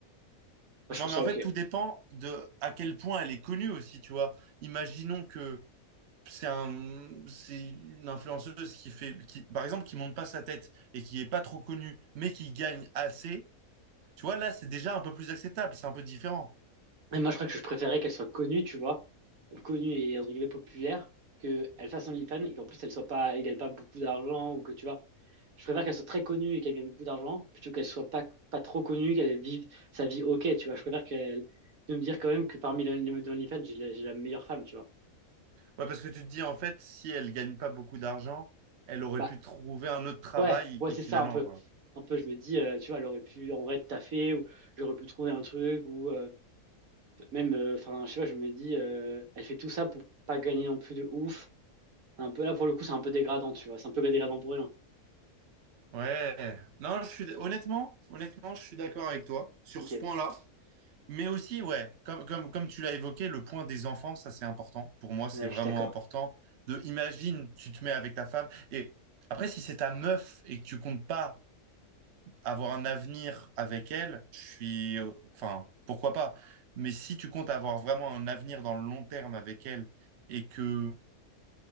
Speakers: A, on the right (about 80°); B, on the right (about 55°).
A: moi je
B: Non,
A: trouve
B: mais
A: ça
B: en
A: ok
B: fait, tout dépend de à quel point elle est connue aussi, tu vois. Imaginons que c'est un, c'est une influenceuse qui fait, qui, par exemple, qui monte pas sa tête et qui est pas trop connue, mais qui gagne assez. Tu vois, là, c'est déjà un peu plus acceptable, c'est un peu différent.
A: Et moi, je crois que je préférais qu'elle soit connue, tu vois, connue et entre guillemets populaire, qu'elle fasse OnlyFans et qu'en plus elle soit pas, elle gagne pas beaucoup d'argent ou que tu vois. Je préfère qu'elle soit très connue et qu'elle gagne beaucoup d'argent plutôt qu'elle soit pas, pas trop connue, qu'elle vive sa vie ok, tu vois. Je préfère qu'elle, de me dire quand même que parmi les les meufs d'OnlyFans, j'ai la, j'ai la meilleure femme, tu vois.
B: Ouais, parce que tu te dis, en fait, si elle gagne pas beaucoup d'argent, elle aurait
A: Bah,
B: pu trouver un autre travail
A: ouais, ouais,
B: équivalent,
A: c'est ça un peu.
B: quoi.
A: Un peu, je me dis, euh, tu vois, elle aurait pu en vrai taffer ou j'aurais pu trouver un truc ou euh, même, euh, enfin, je sais pas, je me dis, euh, elle fait tout ça pour pas gagner non plus de ouf Un peu, là, pour le coup, c'est un peu dégradant, tu vois. C'est un peu dégradant pour rien.
B: Ouais. Non, je suis, honnêtement, honnêtement, je suis d'accord avec toi sur
A: Ok.
B: ce point-là. Mais aussi, ouais, comme, comme, comme tu l'as évoqué, le point des enfants, ça c'est important. Pour moi, c'est
A: Ouais,
B: vraiment
A: je suis d'accord.
B: important. De, imagine, tu te mets avec ta femme. Et après, si c'est ta meuf et que tu comptes pas avoir un avenir avec elle, je suis. euh, Enfin, pourquoi pas? Mais si tu comptes avoir vraiment un avenir dans le long terme avec elle et que,